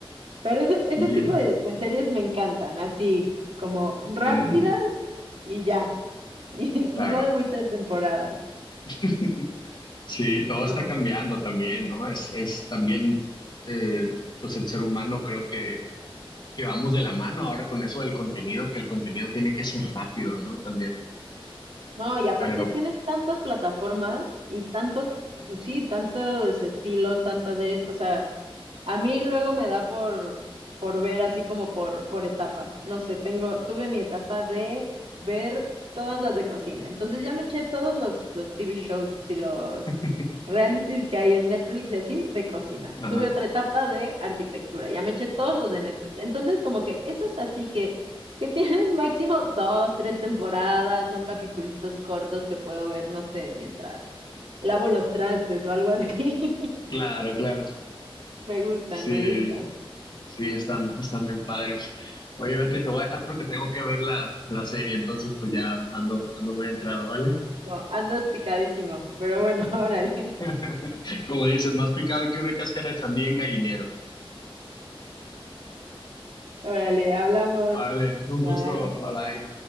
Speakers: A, on the right; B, on the left.
A: Pero ese, ese
B: Sí,
A: tipo
B: eh.
A: de, de series me encantan, así, como rápidas
B: Mm,
A: y ya. <laughs> Y,
B: claro.
A: y no de muchas temporadas.
B: <laughs> Sí, todo
A: No,
B: está cambiando
A: pero
B: también, ¿no? Es, es también, eh, pues el ser humano creo que, que vamos de la mano ahora con eso del contenido, que el contenido tiene que
A: sí.
B: ser rápido, ¿no? También,
A: No, y aparte
B: pero,
A: tienes tantas plataformas y tanto, pues sí, tantos estilos, tantas series. O sea, A mí luego me da por, por ver así como por, por etapas. No sé, tengo, tuve mi etapa de ver todas las de cocina. Entonces ya me eché todos los, los TV shows y los
B: <laughs>
A: realities que hay en Netflix y así de cocina.
B: ajá,
A: Tuve otra etapa de arquitectura. Ya me eché todos los de Netflix. Entonces como que esos así que, que <laughs> tienen máximo dos, tres temporadas, son capitulitos cortos que puedo ver, no sé, mientras lavo los trastes o algo así. <laughs>
B: claro, claro.
A: Me gustan,
B: Sí,
A: me gustan.
B: sí, están, están bien padres. Oye, Beatriz, te voy a dejar porque tengo que ver la, la serie, entonces pues ya ando, ando muy entrado, ¿vale?
A: No, andas picadísimo, pero bueno, <laughs> órale,
B: <laughs> Como dices, más picado que una cáscara de sandía en gallinero.
A: órale, hablamos.
B: Vale, un
A: Bye.
B: gusto, bye bye.